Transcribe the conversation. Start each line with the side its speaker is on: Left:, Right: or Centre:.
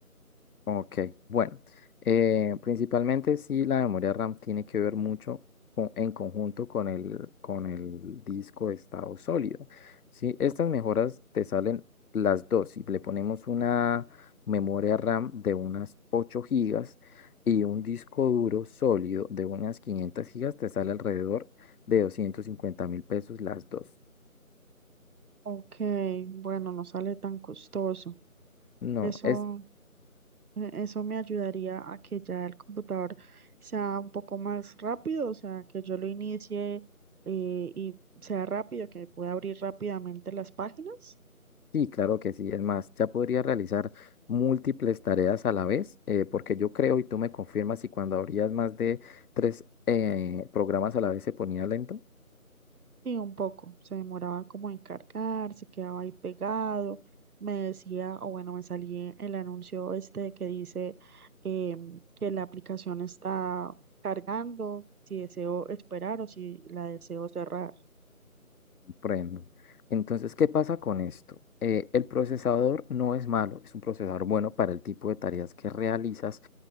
Left: Ok, bueno, eh, principalmente sí la memoria RAM tiene que ver mucho con- en conjunto con el, con el disco de estado sólido. ¿sí? Estas mejoras te salen las dos. y le ponemos una memoria RAM de unas 8 gigas y un disco duro sólido de unas quinientas gigas, te sale alrededor de doscientos cincuenta mil pesos las dos.
Right: Ok, bueno, no sale tan costoso.
Left: No,
Right: Eso
Left: es
Right: E- Eso me ayudaría a que ya el computador sea un poco más rápido, o sea, que yo lo inicie eh, y sea rápido, que pueda abrir rápidamente las páginas.
Left: Sí, claro que sí. Es más, ya podría realizar múltiples tareas a la vez, eh, porque yo creo y tú me confirmas si cuando abrías más de tres eh, programas a la vez se ponía lento.
Right: Y un poco, se demoraba como en cargar, se quedaba ahí pegado. Me decía, o bueno, me salía el anuncio este que dice em, que la aplicación está cargando, si deseo esperar o si la deseo cerrar.
Left: Prendo. Entonces, ¿qué pasa con esto? Eh, el procesador no es malo, es un procesador bueno para el tipo de tareas que realizas